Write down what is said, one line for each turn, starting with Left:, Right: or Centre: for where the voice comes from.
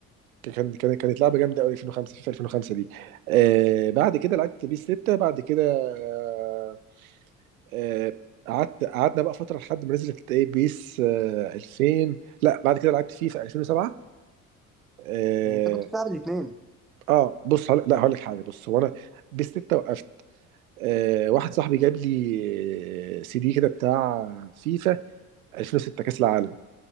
Right: كان كان كانت لعبه جامده قوي 2005 في 2005 دي آه بعد كده لعبت بيس 6 بعد كده آه آه، قعدت قعدنا بقى فتره لحد ما نزلت ايه بيس آه 2000 لا بعد كده لعبت فيفا 2007 اه,
Centre: يعني انت كنت بتلعب الاثنين
Right: آه بص هقول- لا هقول لك حاجه بص هو انا بيس 6 وقفت آه واحد صاحبي جاب لي آه، سي دي كده بتاع فيفا 2006 كاس العالم